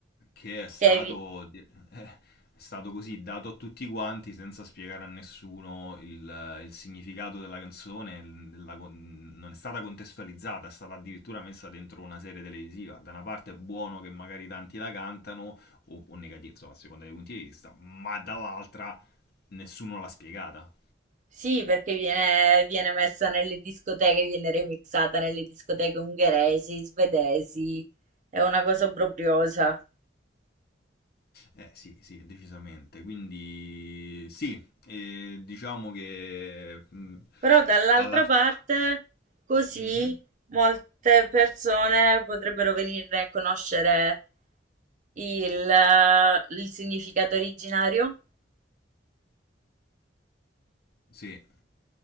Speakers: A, on the left; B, on the right.
A: che è stato,
B: Che vi-
A: eh, è stato così dato a tutti quanti senza spiegare a nessuno il, il significato della canzone, la- non è stata contestualizzata, è stata addirittura messa dentro una serie televisiva. Da una parte è buono che magari tanti la cantano, o, o negativo, insomma, a seconda dei punti di vista, ma dall'altra nessuno l'ha spiegata.
B: Sì, perché viene, viene messa nelle discoteche, viene remixata nelle discoteche ungheresi, svedesi. È una cosa obbrobriosa.
A: Eh sì, sì, decisamente. Quindi sì, eh, diciamo che mh,
B: Però dall'altra
A: alla
B: parte, così
A: fine...
B: molte persone potrebbero venirne a conoscere il, il significato originario.
A: Sì,